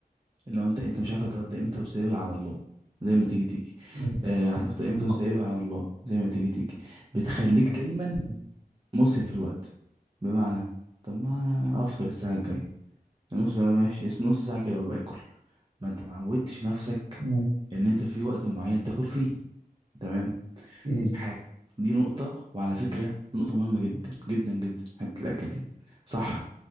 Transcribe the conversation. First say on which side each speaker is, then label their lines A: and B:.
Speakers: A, on the right; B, on the right.
A: اللي هو انت انت مش عارف هتغدى
B: مم.
A: امتى وسايبها على الله زي ما تيجي تيجي
B: مم.
A: آه هتفطر امتى
B: مم.
A: وسايبها على الله زي ما تيجي تيجي بتخليك دايما
B: مم.
A: مسهب في الوقت بمعنى طب ما افطر الساعة الجاية نص ساعة ماشي اس- نص ساعة كده وابقى اكل ما انت ما عودتش نفسك
B: مم.
A: ان انت في وقت معين تاكل فيه تمام
B: مم.
A: دي حاجة دي نقطة وعلى فكرة نقطة مهمة جدا جدا جدا حتة الاكل دي صح